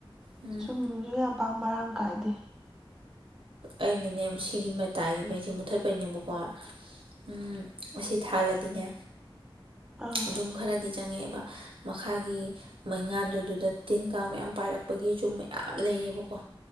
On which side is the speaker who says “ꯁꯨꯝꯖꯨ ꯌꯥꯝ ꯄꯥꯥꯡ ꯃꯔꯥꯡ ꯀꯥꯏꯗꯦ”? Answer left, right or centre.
Centre